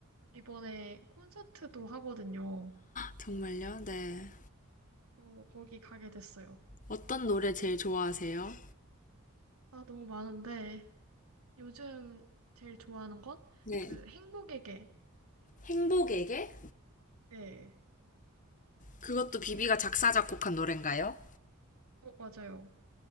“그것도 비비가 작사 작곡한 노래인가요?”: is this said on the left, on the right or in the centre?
Left